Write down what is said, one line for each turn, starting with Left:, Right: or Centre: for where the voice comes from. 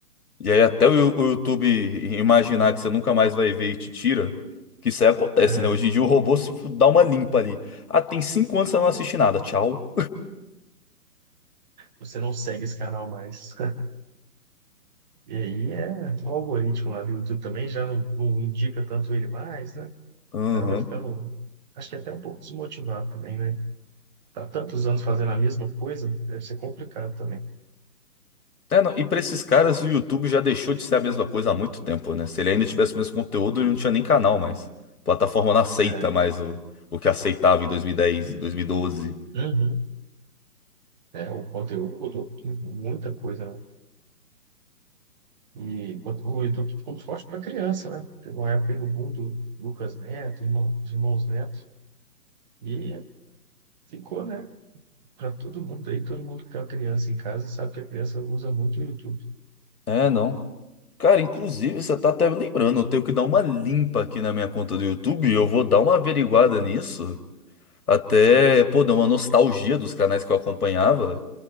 Left: E aí até o, Yu- o YouTube imaginar que você nunca mais vai ver e te tira, que isso aí acontece,
Right: É,
Left: né? Hoje em dia o robô se dá uma limpa ali. Ah, tem cinco anos que você não assiste nada, tchau.
Right: você não segue esse canal mais. <laughs> E aí é o algoritmo lá do YouTube também já não, não indica tanto ele mais, né? O
Left: Aham.
Right: cara vai ficando, acho que até um pouco desmotivado também, né? Tá tantos anos fazendo a mesma coisa, deve ser complicado também.
Left: É, não, e pra esses caras o YouTube já deixou de ser a mesma coisa há muito tempo, né? Se ele ainda tivesse o mesmo conteúdo, ele não tinha nem canal mais. A plataforma não aceita
Right: É,
Left: mais o, o que aceitava em 2010, em 2012.
Right: uhum. É, o conteúdo mudou muita coisa, né? E quanto- o YouTube ficou muito forte para criança, né? Teve uma época aí no boom do Lucas Neto, irmão, dos irmãos Neto, e ficou, né? Para todo mundo aí, todo mundo que tem uma criança em casa sabe que a criança usa muito o YouTube.
Left: É, não. Cara, inclusive, você tá até me lembrando, eu tenho que dar uma limpa aqui na minha conta do YouTube, eu vou dar uma averiguada nisso, até, pô, dar uma nostalgia dos canais que eu acompanhava.